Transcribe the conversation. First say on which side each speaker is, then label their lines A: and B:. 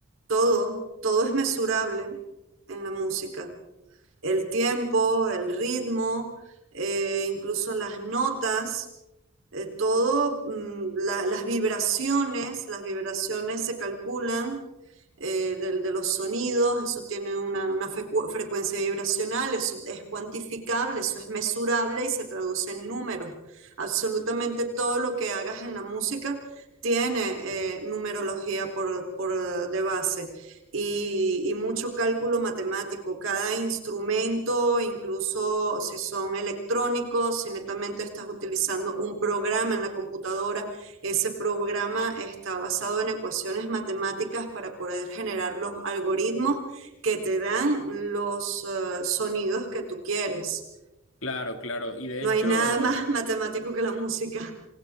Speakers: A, on the right; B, on the left.
A: todo, todo es mesurable en la música. El tiempo, el ritmo, eh, incluso las notas. eh, todo, mm, la- las vibraciones, las vibraciones se calculan eh, del- de, los sonidos, eso tiene una, una frecu- frecuencia vibracional, eso es cuantificable, eso es mesurable y se traduce en números. Absolutamente todo lo que hagas en la música tiene eh, numerología por, por, eh, de base y, y mucho cálculo matemático. Cada instrumento, incluso si son electrónicos, si netamente estás utilizando un programa en la computadora, ese programa está basado en ecuaciones matemáticas para poder generar los algoritmos que te dan los eh, sonidos que tú quieres.
B: Claro, claro, y de
A: No
B: hecho,
A: hay nada <laughs> más matemático que la música.